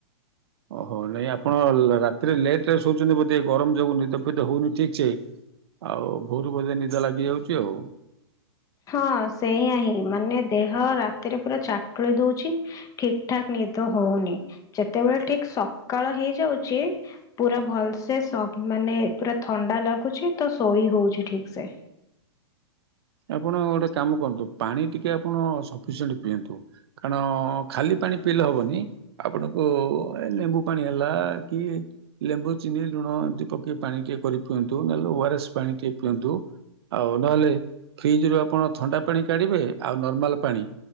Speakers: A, on the right; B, on the left.
A: ଓହୋ‌ ନାଇଁ ଆପଣ ରାତିରେ ଲେଟରେ ଶୋଉଚନ୍ତି, ବୋଧେ ଗରମ ଯୋଗୁ ନିଦ ଫିଦ ହୋଉନି ଠିକ୍ ସେ। ଆଉ ଭୋରୁ ବୋଧେ ନିଦ ଲାଗିଯାଉଚି ଆଉ।
B: ହଁ ସେଇୟା ହିଁ ମାନେ ଦେହ ରାତିରେ ପୁରା ଚାକୁଳେଇ ଦୋଉଚି। ଠିକ୍ ଠାକ୍ ନିଦ ହୋଉନି ଯେତେବେଳେ ଠିକ୍ ସକାଳ ହେଇଯାଉଚି। ପୁରା ଭଲସେ ସ ମାନେ ପୁରା ଥଣ୍ଡା ଲାଗୁଚି ତ ଶୋଇ ହୋଉଚି ଠିକସେ।
A: ଆପଣ ଗୋଟେ କାମ କରନ୍ତୁ। ପାଣି ଟିକେ ଆପଣ ସଫିସିଏଣ୍ଟ ପିଅନ୍ତୁ। କାରଣ ଖାଲି ପାଣି ପିଇଲେ ହବନି। ଆପଣଙ୍କୁ ଏ ଲେମ୍ବୁ ପାଣି ହେଲା କି ଲେମ୍ବୁ ଚିନି ଲୁଣ ଏମତି ପକେଇ ପାଣି ଟିକେ କରି ପିଅନ୍ତୁ, ନହେଲେ ଓଆରଏସ୍ ପାଣି ଟିକେ ପିଅନ୍ତୁ। ଆଉ ନହେଲେ ଫ୍ରିଜ ରୁ ଆପଣ ଥଣ୍ଡା ପାଣି କାଢିବେ ଆଉ ନର୍ମାଲ ପାଣି।